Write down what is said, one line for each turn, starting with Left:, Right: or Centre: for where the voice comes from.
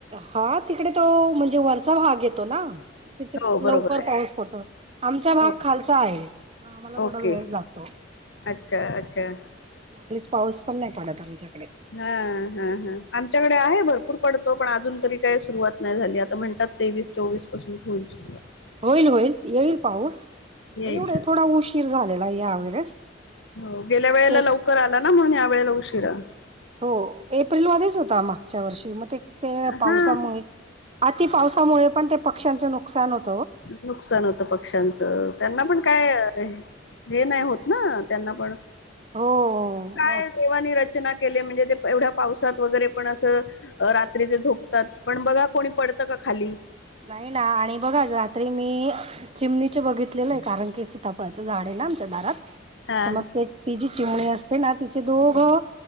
Right: हा तिकडे तो म्हणजे वरचा भाग येतो ना. तिथे
Left: हो बरोबर
Right: लवकर
Left: आहे
Right: पाऊस पडतो. आमचा
Left: हो
Right: भाग खालचा आहे. आम्हाला थोडा
Left: ओके
Right: वेळच लागतो.
Left: अच्छा अच्छा
Right: लीच पाऊस पण नाही पडत आमच्या
Left: हा हा हा आमच्याकडे आहे भरपूर पडतो पण अजून तरी काय सुरुवात नाही झाली. आता म्हणतात तेवीस चोवीस पासून होईल सुरुवात.
Right: होईल होईल येईल पाऊस
Left: येईल.
Right: एवढे थोडा उशीर झालेला या वेळेस.
Left: हो गेल्या वेळेला
Right: एक
Left: लवकर आला ना म्हणून या वेळेला उशिरा.
Right: हो एप्रिलमध्येच होता, मागच्या वर्षी मग ते त्या पावसामुळे
Left: हा
Right: अति पावसामुळे पण ते पक्ष्यांचे नुकसान होत.
Left: नुकसान होतं पक्ष्यांचं त्यांना पण काय हे नाही होत ना त्यांना पण
Right: हो
Left: काय
Right: मग
Left: देवानी रचना केलीये म्हणजे ते एवढ्या पावसात वगैरे पण अस अं रात्री झोपतात. पण बघा कोणी पडत का. खाली
Right: नाही ना आणि बघा रात्री मी चिमणीचे बघितलेलं आहे. कारण की सीतापळाच झाड आहे. ना आमच्या दारात
Left: हा
Right: पण मग ते ती जी चिमणी अस ना तिचे दोघं